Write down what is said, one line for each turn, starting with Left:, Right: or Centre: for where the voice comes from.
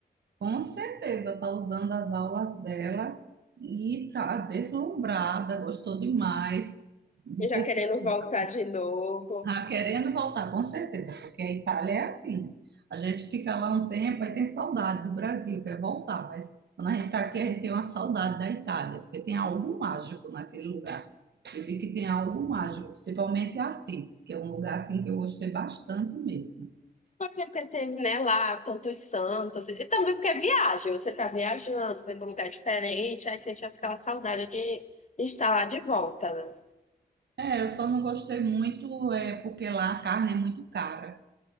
Right: Com certeza está usando as aulas dela e está deslumbrada, gostou demais de
Left: e já
Right: ter
Left: querendo
Right: feito isso,
Left: voltar de novo.
Right: Ah, querendo voltar, com certeza, porque a Itália é assim. A gente fica lá um tempo, aí tem saudade do Brasil, quer voltar, mas quando a gente está aqui, a gente tem uma saudade da Itália, porque tem algo mágico naquele lugar. Eu digo que tem algo mágico, principalmente Assis, que é um lugar assim que eu gostei bastante mesmo.
Left: Pode ser porque teve, né, lá tantos santos, e também porque é viagem, você está viajando, vendo um lugar diferente, aí sente aquela saudade de estar lá de volta, né?
Right: É, eu só não gostei muito é porque lá a carne é muito cara.